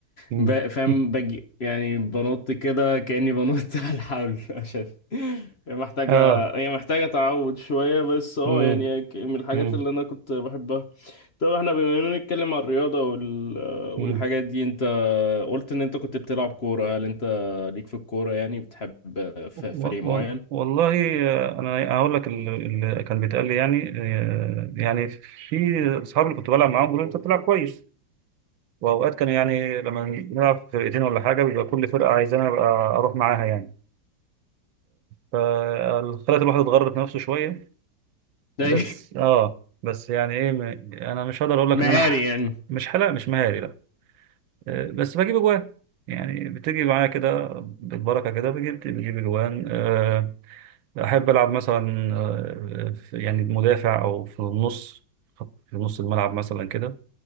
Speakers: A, on the right (about 85°); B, on the left (about 40°).
A: <laughs>
B: ب... فاهم بجي يعني بنط كده كاني بنط <laughs> على الحبل عشان هي محتاجه
A: اه
B: هي محتاجه تعود شويه بس اه
A: مم.
B: يعني هي ك- من الحاجات
A: مم.
B: اللي انا كنت بحبها طب احنا بما اننا نتكلم عن الرياضه وال... والحاجات
A: مم.
B: دي انت قلت ان انت كنت بتلعب كوره هل انت ليك في الكوره يعني بتحب ف-
A: و-
B: فريق معين؟
A: و- والله آه، انا هقول لك ال- اللي كان بيتقال لي يعني آه، يعني في اصحابي اللي كنت بلعب معاهم بيقولوا انت بتلعب كويس واوقات كان يعني لما نلعب فرقتين ولا حاجه بيبقى كل فرقه عايزاني ابقى اروح معاها يعني فخلت الواحد يتغرب في نفسه شوية
B: <laughs> ده
A: بس اه بس يعني ايه م- انا مش هقدر اقول لك
B: مهاري
A: ان انا ح-
B: يعني
A: مش حلا مش مهاري لا آه، بس بجيب اجوان يعني بتيجي معايا كده بالبركة كده بجيب بجيب اجوان آه، احب العب مثلا آه، في- يعني بمدافع او في النص في نص الملعب مثلا كده